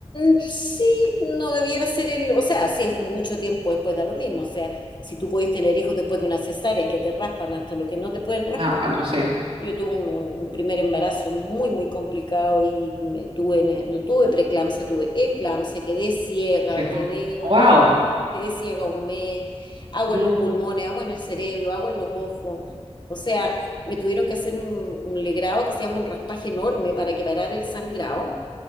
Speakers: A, on the left; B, on the right.
A: mm, sí, no debiera ser el, o sea, si es mucho tiempo después da lo mismo, o sea, si tú puedes tener hijos después de una cesárea que te raspan hasta lo que no te pueden raspar,
B: Ah, bueno, sí.
A: Yo tuve un, un primer embarazo muy, muy complicado y me tuve, no tuve preeclampsia, tuve eclampsia, quedé ciega,
B: ¿Qué es eso?
A: quedé, olvídate,
B: Wow.
A: quedé ciega un mes, agua
B: No.
A: en los pulmones, agua en el cerebro, agua en los ojos. O sea, me tuvieron que hacer un, un legrado que se llama un raspaje enorme para que parara el sangrado